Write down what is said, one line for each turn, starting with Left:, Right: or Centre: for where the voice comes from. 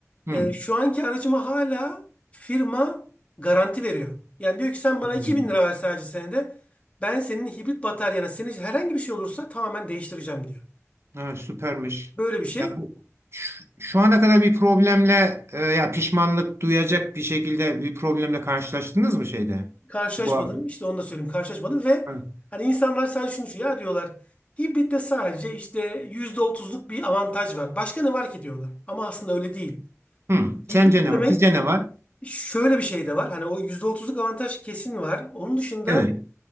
Right: hı,
Left: Ee, şu anki aracıma hala firma garanti veriyor. Yani diyor ki sen bana
Right: hı.
Left: iki bin lira ver sadece senede. Ben senin hibrit bataryana, senin herhangi bir şey olursa tamamen değiştireceğim diyor.
Right: Ha, süpermiş.
Left: Böyle bir şey.
Right: Ya bu şu, şu ana kadar bir problemle e, ya pişmanlık duyacak bir şekilde bir problemle karşılaştınız mı şeyde?
Left: Karşılaşmadım.
Right: Bu ar-
Left: İşte onu da söyleyeyim. Karşılaşmadım ve
Right: Hı.
Left: hani insanlar sadece şunu şu ya diyorlar. Hibritte sadece işte yüzde otuzluk bir avantaj var. Başka ne var ki diyorlar. Ama aslında öyle değil.
Right: Hı. Sence
Left: Hibrit
Right: ne
Left: demek
Right: var? Sizce ne var?
Left: şöyle bir şey de var. Hani o yüzde otuzluk avantaj kesin var. Onun dışında
Right: Evet.